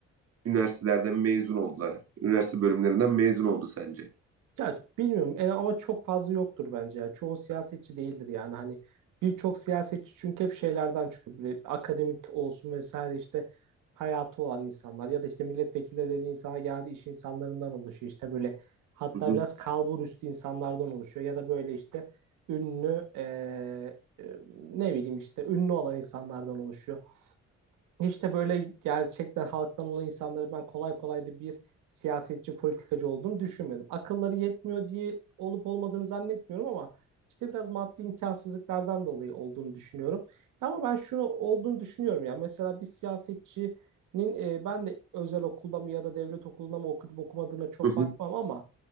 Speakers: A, on the right; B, on the right.
A: üniversitelerden mezun oldular. Üniversite bölümlerinden mezun oldu sence?
B: Ya bilmiyorum yani ama çok fazla yoktur bence ya. Çoğu siyasetçi değildir yani hani birçok siyasetçi çünkü hep şeylerden çıkıyor. Böyle akademik olsun vesaire işte hayatı olan insanlar ya da işte milletvekili dediği insana geldi iş insanlarından oluşuyor. İşte böyle hatta
A: Hı hı,
B: biraz kalbur üstü insanlardan oluşuyor ya da böyle işte ünlü eee, e, ne bileyim işte ünlü olan insanlardan oluşuyor. İşte böyle gerçekten halktan olan insanları ben kolay kolay da bir siyasetçi, politikacı olduğunu düşünmedim. Akılları yetmiyor diye olup olmadığını zannetmiyorum ama işte biraz maddi imkansızlıklardan dolayı olduğunu düşünüyorum. Ama ben şunu olduğunu düşünüyorum ya. Mesela bir siyasetçinin e, ben de özel okulda mı ya da devlet okulunda mı okudum okumadığına çok
A: hı hı.
B: bakmam ama